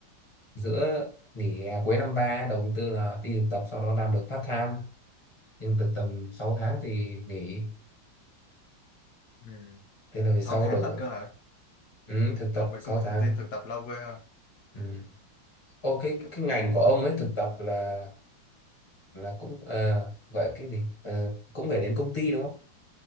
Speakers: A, on the left (about 40°); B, on the left (about 75°).
A: giữa nghỉ hè cuối năm 3 đầu tháng 4 là đi thực tập sau đó làm được part time nhưng thực tập 6 tháng thì nghỉ
B: ừ
A: thế là về
B: sáu
A: sau
B: tháng
A: đổi
B: lận cơ hả
A: ừ, thực tập
B: ở bên
A: sáu
B: công nghệ thông
A: tháng
B: tin thực tập lâu ghê ha
A: ừ. Ô cái
B: kiểu
A: cái ngành của ông ấy thực tập là là cũng ờ, gọi cái gì Ờ, cũng phải đến công ty đúng không